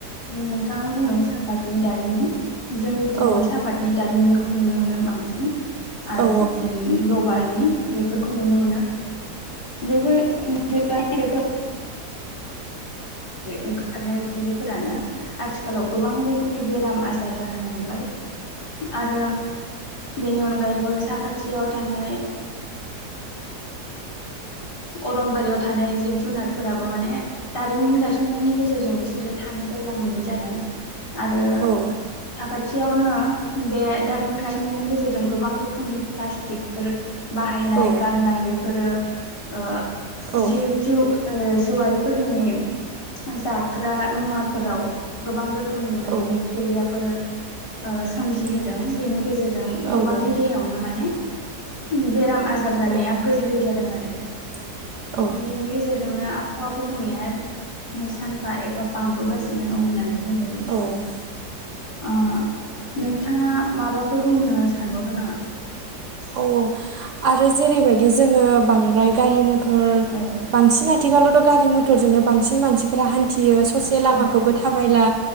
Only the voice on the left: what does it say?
नोंथांङा बुंदों सापातनि दारिमिन। जोंनिथिंबो
सापातनि दारिमिनखौ नुनो मोनो बांसिन आरो
बिदिनो। लबारनि बेफोरखौ नुनो मोनो। <inaudible> ओमफ्राय ओंखारनाय उखुन्दैफोरानो। आथिखालाव गोबां रोखोमनि बेराम आजार जाहोनो मोनबाय आरो। बेनि अनगायैबो साखाथियाव थानाय। अरनबारियाव थानाय जिब जुनारफोराबो माने दारिमिन गायसननायनि गेजेरजों बिसोरो। थानो जायगा मोनि जादों। आरो
साखाथियावनो बे दारिमिन गासननायनि गेजेरजों गोबां रोखोमनि ब्ला थिखफोर बाहायनाय
गारनाय बेफोरो ओ
जिब जिउ ओ जिउआारिफोरनि जाग्रा मुवाफोराव गोबां रोखोमनि माने
बेक्टेरियाफोर ओ
सोमजिहोदों बेनि गेजेरजों गोबांनि
देहायावनो माने बेराम आजार जानाया
गोरलै जादों आरो
बेनि गेजेरजों आबहावा गुबुंनाया सानफा एफा बांबोगासिनो बिनो दं होननानै बुंजायो।
ओ नोंथाङा माबाफोर बुंनो सानबावदों नामा?
औ
औ